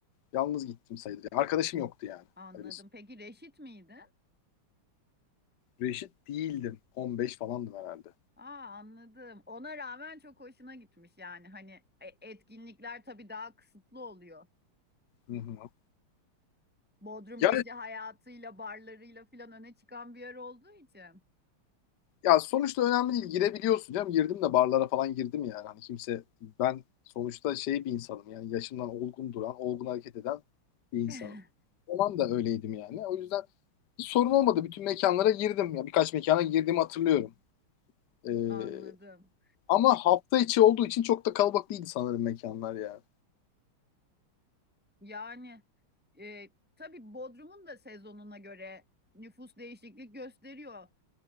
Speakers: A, on the left; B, in the centre.
A: Yalnız gittim sayılır. Yani arkadaşım yoktu yani.
B: Anladım.
A: Öyle
B: Peki reşit miydi?
A: Reşit değildim. 15 falandım herhalde.
B: Aa anladım. Ona rağmen çok hoşuna gitmiş yani. Hani e, etkinlikler tabii daha kısıtlı oluyor.
A: Hı hı.
B: Bodrum
A: Yani
B: gece hayatıyla, barlarıyla filan öne çıkan bir yer olduğu için.
A: ya sonuçta önemli değil. Girebiliyorsun canım. Girdim de barlara falan girdim yani. Hani kimse ben sonuçta şey bir insanım yani yaşımdan olgun duran, olgun hareket eden bir insanım.
B: <laughs>
A: O zaman da öyleydim yani. O yüzden hiç sorun olmadı. Bütün mekanlara girdim. Ya birkaç mekana girdiğimi hatırlıyorum. Ee,
B: Anladım.
A: ama hafta içi olduğu için çok da kalabalık değildi sanırım mekanlar ya.
B: Yani e, tabii Bodrum'un da sezonuna göre nüfus değişiklik gösteriyor.